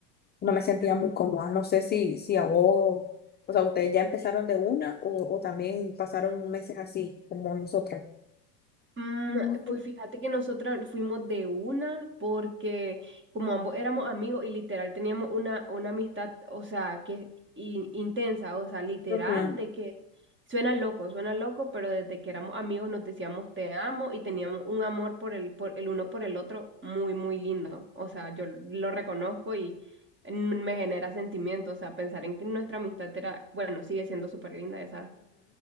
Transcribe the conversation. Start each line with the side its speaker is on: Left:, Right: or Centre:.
Left: no me sentía muy cómoda. No sé si, si a vos, o sea, ustedes ya empezaron de una o, o también pasaron meses así, como nosotras.
Right: Mm,
Left: Ujú,
Right: Pues fíjate que nosotras fuimos de una porque como ambos éramos amigos y literal teníamos una, una amistad, o sea, que in- intensa, o sea, literal
Left: ujú,
Right: de que suena loco, suena loco, pero desde que éramos amigos nos decíamos te amo y teníamos un amor por el, por el uno por el otro muy, muy lindo. O sea, yo lo reconozco y mm, me genera sentimiento, o sea, pensar en que nuestra amistad era, bueno, sigue siendo súper linda, ya